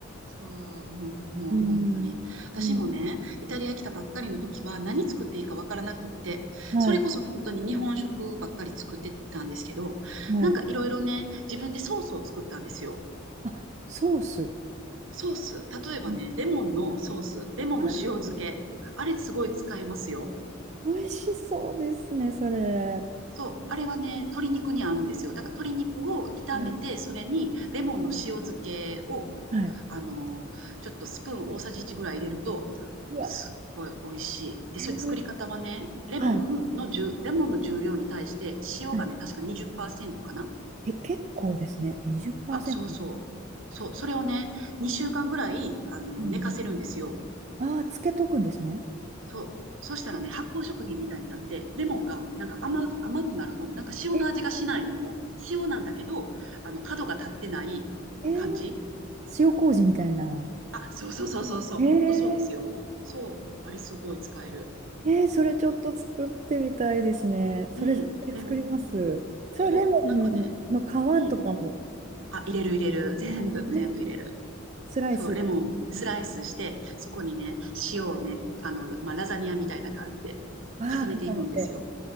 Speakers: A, on the right; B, on the right.
A: そう、もう、もう本当に。
B: うん。
A: 私もね、
B: うん。
A: イタリア来たばっかりの時は何作っていいかわからなくって、
B: はい、
A: それこそ本当に日本食ばっかり作ってたんですけど、
B: はい。
A: なんかいろいろね、自分でソースを作ったんですよ。
B: あ、ソース。
A: ソース、例えばね、
B: うん
A: レモンのソース、レモンの塩漬け、
B: あ
A: あれすごい使えますよ。
B: ー、美味しそうですね、それ。
A: そう、あれはね、鶏肉に合うんですよ。だから鶏肉を炒めて、
B: うん。
A: それにレモンの塩漬けを、
B: はい。
A: あのーちょっとスプーン大さじ1ぐらい入れると、
B: うわ、
A: すっごい美味しい。で、
B: えー、
A: それ作り方はね、
B: 美味しそうはい。
A: レモンの重、レモンの重量に対して塩がね、
B: はい
A: 確か20%かな。
B: え、結構ですね。20%。
A: あ、そうそう。そう、それをね、2週間ぐらい、あの、
B: うん
A: 寝かせるんですよ。
B: うん。ああ、つけとくんですね。
A: そう。そしたらね、発酵食品みたいになって、レモンがなんか甘、甘くなるの。なんか塩の味がしないのも、
B: え、
A: 塩なんだけど、あの、角が立ってない感じ。
B: えー、塩麹みたいな。
A: あ、そうそうそうそうそう。
B: ええー
A: ほんとそうですよ。そう。あれすごい使える。
B: えー、それちょっと作ってみたいですね。それ絶対作ります。
A: うん。レモン。
B: そう、
A: そう。
B: レモンの皮とかも、
A: なんかね。うんうん。あ、入れる入れる。全部、
B: ね
A: 全部入れる。
B: スライス、
A: そう。レモンスライスして、そこにね、塩をね、あの、まあ、ラザニアみたいな感じで
B: ああ、
A: 重ねていくんですよ。
B: 重ねて。